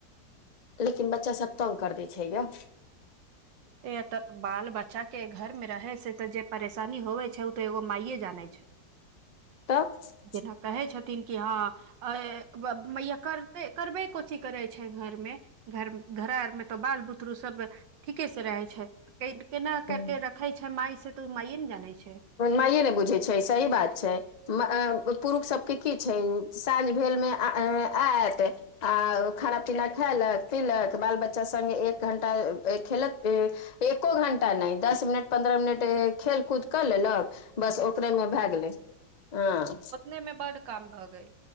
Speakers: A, on the left; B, on the right.
A: लेकिन बच्चा सब तंग कर दै छै गे
B: ए एत बाल बच्चा के घर में रहे छै ते जे परेशानी होवे छै ते एगो माइये जाने छै <unintelligible>
A: तब छै
B: जेना कहै छथिन कि हँ हे मैया करते करबे को चीज करै छै घरमे घर घड़र में तऽ बाल बुतरु सब ठीके से रहे छै केना
A: हूँ।
B: करके र खै छै माय से तऽ ओ मायए न जानै छै
A: माए न बुझै छै सही बात छै <unintelligible> पुरुख सभ केँ की छै साँझ भेल में <unintelligible> ऐत आ खाना पीना खै लेत पीलेत बाल बच्चा संगे एक घंटा खेल कऽ एको घंटा नै दस मिनट पन्द्रह मिनट खेलकूद कऽ लेलक बस ओकरे में भै गेलै <inaudible> हऽ
B: ओइ में बड काम भऽ गई